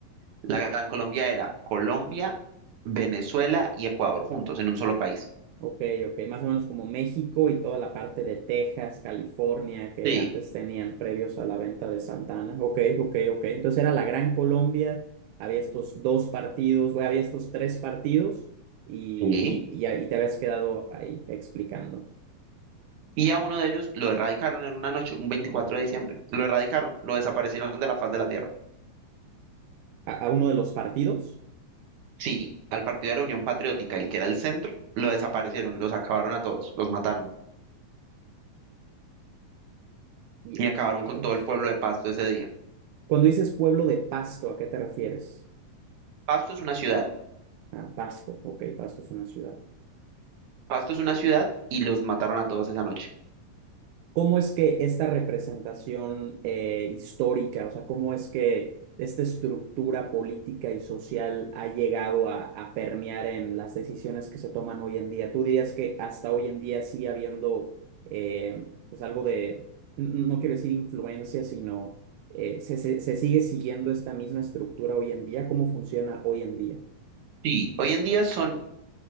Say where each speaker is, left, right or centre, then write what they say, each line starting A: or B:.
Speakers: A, on the right; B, on the right.
A: La Gran Colombia era Colombia, Venezuela y Ecuador juntos en un solo país.
B: Ok, ok, más o menos como México y toda la parte de Texas, California, que
A: Sí,
B: antes tenían previos a la venta de Santana. Ok, ok, ok. Entonces era la Gran Colombia, había estos dos partidos, bueno, había estos tres partidos y,
A: sí.
B: y, y, ahí te habías quedado ahí explicando.
A: Y a uno de ellos lo erradicaron en una noche, un 24 de diciembre. Lo erradicaron, lo desaparecieron de la faz de la tierra.
B: A, a uno de los partidos,
A: Sí, al Partido de la Unión Patriótica, el que era el centro, lo desaparecieron, los acabaron a todos, los mataron
B: y-
A: y acabaron
B: no me
A: con
B: digas.
A: todo el pueblo de Pasto ese día.
B: Cuando dices pueblo de Pasto, ¿a qué te refieres?
A: Pasto es una ciudad.
B: Ah, Pasto, ok, Pasto es una ciudad.
A: Pasto es una ciudad y los mataron a todos esa noche.
B: ¿Cómo es que esta representación eh, histórica, o sea, cómo es que esta estructura política y social ha llegado a, a permear en las decisiones que se toman hoy en día? ¿Tú dirías que hasta hoy en día sigue habiendo eh, pues algo de, n- no quiero decir influencia, sino eh, se, se- se sigue siguiendo esta misma estructura hoy en día? ¿Cómo funciona hoy en día?
A: Sí, hoy en día son